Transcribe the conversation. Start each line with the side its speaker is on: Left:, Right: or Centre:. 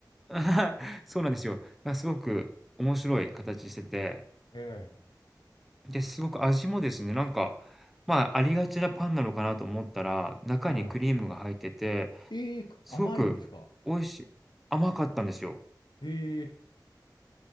Centre: <laughs> そうなんですよ。あ、すごく面白い形してて、
Left: ええ
Centre: で、すごく味もですね、なんか、まあ、ありがちなパンなのかなと思ったら、中にクリームが入ってて、
Left: はい。ええ甘いんですか
Centre: すごく美味しい甘かったんですよ。
Left: ええ